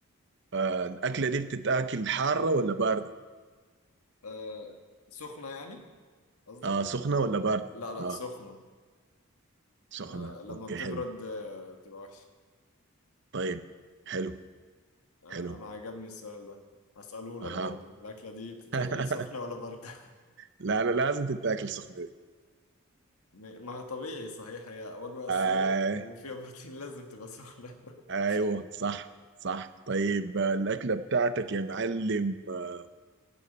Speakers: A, on the right; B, on the left.
A: آه الأكلة دي بتتاكل حارة ولا باردة
B: آه، سخنة يعني قصدك؟
A: آه سخنة ولا باردة
B: لا لا
A: آه.
B: سخنة
A: سخنة
B: آه، لما
A: اوكي
B: بتبرد
A: حلو
B: آه، بتبقى وحشة
A: طيب حلو
B: آه،
A: حلو
B: انا عجبني السؤال ده هسأله لك
A: اها
B: برضو الأكلة دي بتتاكل
A: <laughs>
B: سخنة ولا باردة؟
A: لا لا لازم تتاكل سخنة دي
B: <laughs> م- ما هي طبيعي صحيح هي وجبة أساسية
A: آي
B: وفيها بروتين <laughs> لازم تبقى سخنة <laughs>
A: ايوه صح صح طيب آه، الأكلة بتاعتك يا معلم آه،